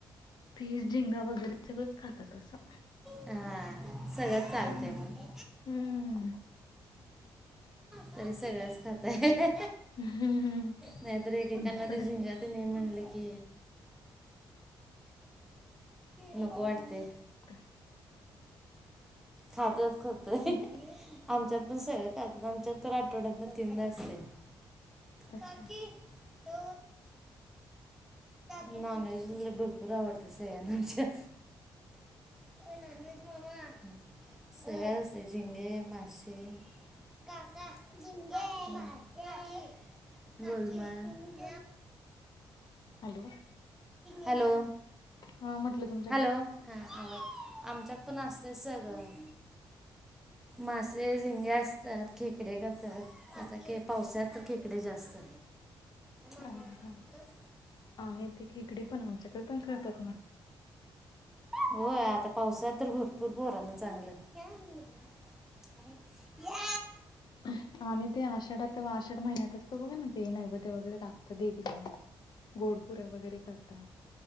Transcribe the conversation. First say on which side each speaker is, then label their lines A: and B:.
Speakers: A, on the left; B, in the centre.
A: फिश, झिंगा वगैरे सगळंच खातात असं.
B: हा सगळ्याच चालते
A: हम्म.
B: मग.
A: हम्म.
B: <inaudible> तरी सगळच खाताय.
A: हम्म हम्म
B: नाही तर एकेकाना
A: तुमच्याकडे
B: ते झिंगा तेन हे म्हणलं की <inaudible> नको वाटते.
A: <unintelligible>
B: खातात करतोय.
A: तुम
B: आमच्यात पण सगळें खातात आमच्यात. तर आठवड्यातन तीनदा असतयं.
A: अच्छा
B: काकी. <inaudible> नॉनव्हेज भरपूर आवडते सगळ्यांना आमच्यात. <unintelligible> सगळे असते झिंगे, मासे. <unintelligible> बोल मग.
A: Hello
B: <inaudible> hello!
A: हा म्हटलं तु
B: हॅलो! हा आवज, आमच्यात पण असते सगळं. मासे, झिंगे असतात. खेकडे करतात आता के पावसात तर खेकडे जास्त. मांडीवर
A: अ
B: बसून
A: हा,
B: तो
A: आणि ते खेकडी पण आमच्याकडे पण करतात ना.
B: होय आता पावसाळ्यात तर भरपूर पोराना चांगलं. <inaudible>
A: <inaudible> आम्ही ते आषाढात आषाढ महिन्यात असतो बघा ना ते नैवेद्य वगैरे दाखवतो देवीला गोडपुऱ्या वगैरे करतात.